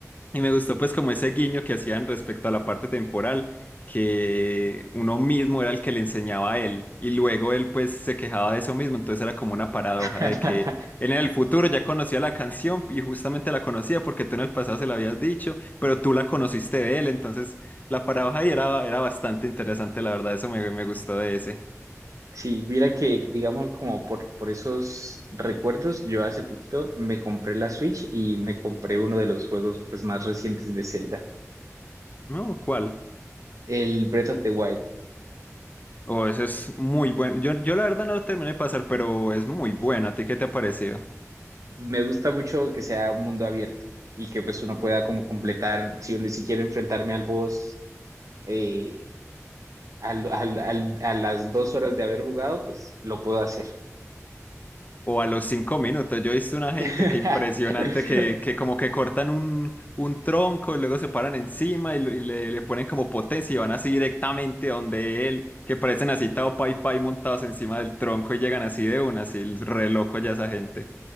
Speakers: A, on the left; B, on the right.
A: Y me gustó pues como ese guiño que hacían respecto a la parte temporal, que uno mismo era el que le enseñaba a él y luego él pues se quejaba de eso mismo, entonces era como una paradoja
B: <laughs>
A: de que él en el futuro ya conocía la canción y justamente la conocía porque tú en el pasado se la habías dicho, pero tú la conociste de él, entonces la paradoja ahí era, era bastante interesante, la verdad, eso me, me gustó de ese.
B: Sí, mira que, digamos, como por, por esos recuerdos, yo hace poquito me compré la Switch y me compré uno de los juegos pues, más recientes de Zelda,
A: No, ¿cuál?
B: el Breath of the Wild.
A: Oh, ese es muy bueno. Yo, yo la verdad no lo terminé de pasar, pero es muy bueno. ¿A ti qué te ha parecido?
B: me gusta mucho que sea mundo abierto y que pues uno pueda como completar, si, uno- si quiero enfrentarme al boss eh, al- al- al- a las dos horas de haber jugado, pues lo puedo hacer.
A: O a los cinco minutos. Yo he visto una gente
B: <laughs>
A: que impresionante que, que como que cortan un, un tronco y luego se paran encima y, lo- y le, le ponen como potencia y van así directamente donde él, que parecen así Tao Pai Pai montados encima del tronco y llegan así de una, así el re loco ya esa gente.